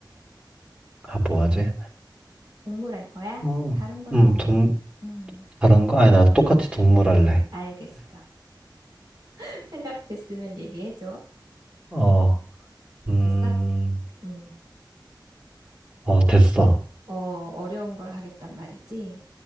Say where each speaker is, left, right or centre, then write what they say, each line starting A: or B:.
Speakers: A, on the right; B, on the right.
A: 아, 뭐 하지?
B: 동물 할 거야?
A: 어,
B: 다른 거 해도
A: 음,
B: 되고.
A: 동,
B: 음.
A: 다른 거? 아니, 나 똑같이 동물 할래.
B: 알겠어. <laughs> 생각됐으면 얘기해줘.
A: 어, 음,
B: 됐어? 음.
A: 어, 됐어.
B: 어, 어려운 걸 하겠단 말이지?